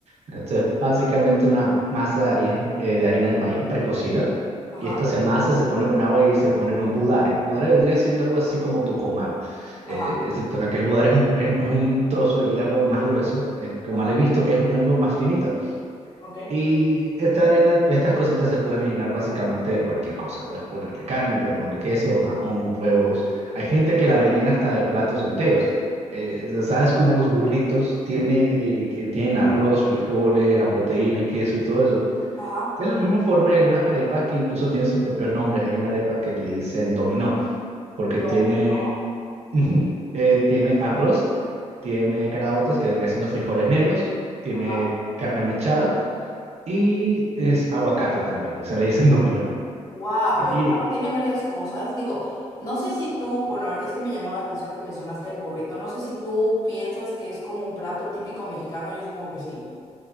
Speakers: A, on the right; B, on the left.
A: Esto es básicamente una masa de hari- eh, de harina de, maíz precocida.
B: Ajá,
A: Y esta se amasa, se pone con agua y se pone en un budare. El budare vendría siendo algo así como tu comal.
B: ajá,
A: eh, excepto que aquel budare es un, es un trozo de hierro más grueso. El comal
B: ajá,
A: he visto que es algo más finito.
B: ok,
A: Y esta arena, estas cositas se pueden rellenar básicamente de cualquier cosa. Puedes ponerle carne, puedes ponerle queso, jamón, huevos. Hay gente que la rellena hasta de platos enteros. Eh, ¿sabes cómo los burritos tienen, eh, que tienen arroz, frijoles, la proteína y queso y todo eso?
B: ajá,
A: De la misma forma hay algunas arepas que incluso tienen sus propios nombres. Hay una arepa que le dicen dominó, porque tiene,
B: dominó,
A: <laughs>
B: ¿no?
A: eh, tiene arroz, tiene caraotas, que vendría siendo frijoles negros, tiene
B: ajá,
A: carne mechada y es aguacate también, y se le dicen <laughs> dominó.
B: Wow,
A: Y
B: bueno, tiene varias cosas. Digo, no sé si tú, bueno, es que me llamó la atención que mencionaste el burrito. No sé si tú piensas que es como un plato típico mexicano, yo supongo que sí.